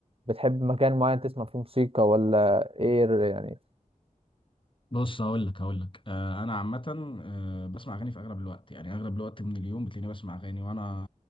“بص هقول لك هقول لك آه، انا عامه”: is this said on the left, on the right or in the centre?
Left